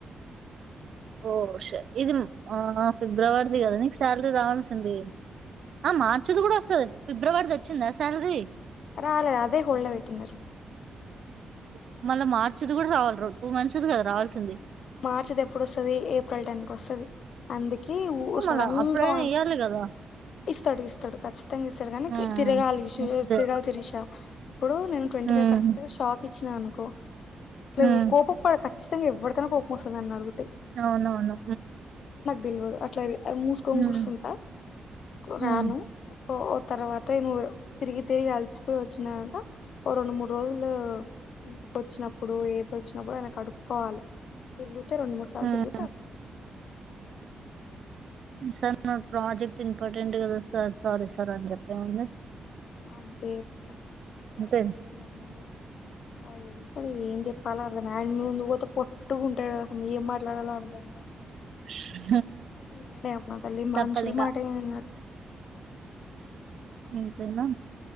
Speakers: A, on the right; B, on the left.
A: ఓ సే ఇది ఆ ఫిబ్రవరి అ అదాీకు సాలరీ రావంసింది ఆ మార్చది కూడా వసదు ఫిబ్రవరిది వచ్చిందా శాలరీ
B: రాాలదే హళ్ వెయిట్న్నారుారు
A: ఓ మళ్ళా మార్చిది కూడా రావాల టూ మంత్స్ది కదా రావాల్సింది
B: మార్చిది ఎప్పుడుొస్తుది ఏప్రిల్ టెన్ కి వస్తుంది అందుకే సడన్
A: మళ్ళా అప్పుడైనా
B: గా
A: ఇయ్యాలి గదా!
B: ఇస్తాడు ఇస్తాడు ఖచ్చితంగా ఇస్తాడు కానీ
A: హ్మ్.
B: తిరగాలి
A: హ్మ్. అదే.
B: తిరగాలి తినసా ఇప్పుడు నే ట్వంటీైవ్
A: హ్మ్.
B: కరక్ట్ షక్ పచ్చనా అనుకో ఇట్
A: హ్మ్.
B: కోబ పడ క ఖితంగా ఎవడికన్నా మోసాాలు అడుగుంది
A: అవునవును
B: తెలివదు అట్లాది మూసుకొని
A: హ్మ్.
B: కూర్స్తుంటా
A: హ్మ్.
B: రాను ఓ తర్వాత నువు తిరిగి తిరిగి అలిసిపోయి వచ్చినంట ఓ రెండు మూడు రోజులు ఇంటికి వచ్చినప్పుడు ఏదో వచ్చినప్పుడు ఆయనకు కడుక్కోవాలి తిరుగు రండు మూడు సార్లు
A: హ్మ్.
B: తిగు
A: సార్ నా ప్రాజెక్ట్ ఇంపార్టెంట్ కదా సార్ సారీ సార్ అని చెప్పే ముంది
B: అ ద పత స
A: అంతే.
B: ననే మరననే ఏదో కూడా ఏం చెప్పలో అర్థం ఆయడ్ ముందు పోతే పట్టుకుంటాడు అసం ఏం మాట్లాడాలో అర్థైంద
A: <unintelligible>
B: ఈన్నడ అమ్మదలి మనుషులు
A: తప్పదింగా.
B: మాటేన్నాడు
A: ఇంతేనా